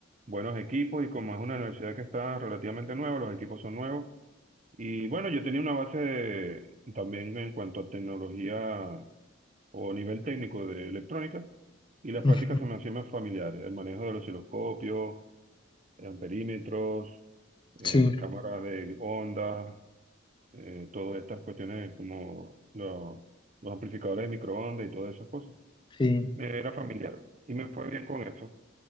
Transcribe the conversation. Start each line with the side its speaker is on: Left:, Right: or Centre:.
Right: buenos equipos y como es una universidad que está relativamente nueva, los equipos son nuevos. Y bueno, yo tenía una base de- también en cuanto a tecnología o nivel técnico de electrónica, y las prácticas
Left: Ujú,
Right: se me hacían más familiares, el manejo de los osciloscopios, amperímetros, eh,
Left: Sí,
Right: cámaras de ondas, eh, todas estas cuestiones como lo- los amplificadores de microondas y todas esas cosas.
Left: sí.
Right: Me Era familiar y me fue bien con eso.